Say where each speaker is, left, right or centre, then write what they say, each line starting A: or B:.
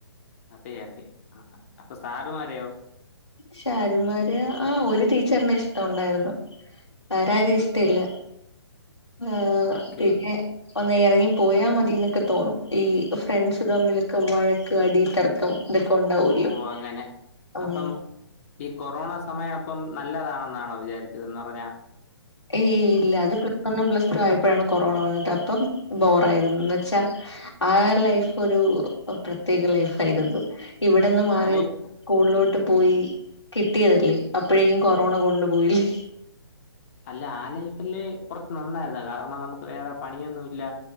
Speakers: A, on the left; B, on the left.
A: അതെ അതെ ആഹാ. അപ്പൊ സാറുമാരെയോ?
B: ഷാരുമാര് ആഹ ഒരു ടീച്ചറിന ഇഷ് ഇ്ട ഉണ്ടായിരുന്നു വേരരും ഇഷ്ടിയില്ല ആഹ
A: ആ ഓക്കെ.
B: പിന്നെ ഒ ന്ന് ഇറങ്ങി പോയാൽ മതി എന്നൊക്കെ തോന്നും ഈ ഫ്രണ്ട്സ് തമ്മിലൊക്കെ വഴക്ക് അടി തർക്കം ഇതൊക്കെ ഉണ്ടാവല്ലോ
A: ഓ അങ്ങനെ
B: ഉം
A: അപ്പം ഈ കൊറോണ സമയം ഇപ്പം നല്ലതാണെന്നാണോ വിചാരിച്ചതന്ന് പറഞ്ഞാൽ
B: ഏ ഇല്ല അത് പ്ലസ് ഒന്ന പ്ലസ് റ്റ ആയപ്പോഴാണ് കൊറോണ വന്നിട്ട് അപ്പം ബോറ ആയിുന്നന്ന് വച്ചാ ആ ലൈഫ് ഒരു പ്രത്യേക ലൈഫ് ആയിരുന്നു ഇവിടെന്ന് മാറി
A: ആ ലൈഫ്
B: സ്കൂളിലോട്ട് പോയി കിട്ടിയതല്ലേ അപ്പോഴേക്കും കൊറോണ കൊണ്ടു പോോയില്ലേ
A: അല്ല ആ ലൈഫല്ലേ കുറച്ച് നന്നായിരുന്ന കാരണം നമുക്ക് വേറെ പണിയൊന്നുമല്ല